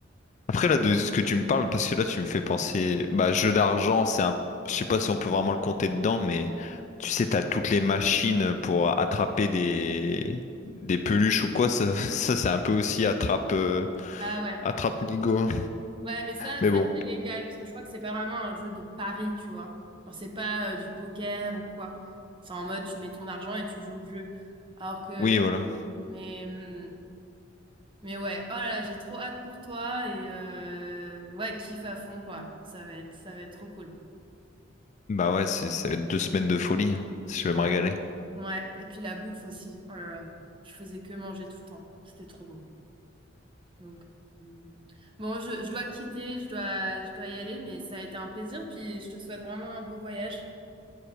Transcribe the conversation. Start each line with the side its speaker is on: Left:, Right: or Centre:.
Left: Après, là, de ce que tu me parles, parce que là, tu me fais penser, bah, jeu d'argent, c'est un, je sais pas si on peut vraiment le compter dedans, mais tu sais, t'as toutes les machines pour attraper des, des peluches ou quoi, ça, <laughs> ça, c'est un peu aussi attrape, euh,
Right: Ah ouais.
Left: attrape Nigo.
Right: Ouais, mais ça,
Left: Mais
Right: ça
Left: bon,
Right: c'est légal, parce que je crois que c'est pas vraiment un jeu de pari, tu vois. Genre, c'est pas euh, du poker ou quoi. C'est en mode, tu mets ton argent et tu joues le jeu. Alors que,
Left: oui, voilà.
Right: mais, hum, mais ouais, oh là là, j'ai trop hâte pour toi et euh, ouais, kiffe à fond, quoi. Ça va être, ça va être trop cool.
Left: Bah ouais, c'est- ça va être deux semaines de folie, hein. Je
Right: Ouais,
Left: vais me régaler.
Right: ouais. Et puis la bouffe aussi. Oh là là, je faisais que manger tout le temps. C'était trop bon. Donc, euh, bon, je, je dois te quitter, je dois, je dois y aller, mais ça a été un plaisir, puis je te souhaite vraiment un beau voyage.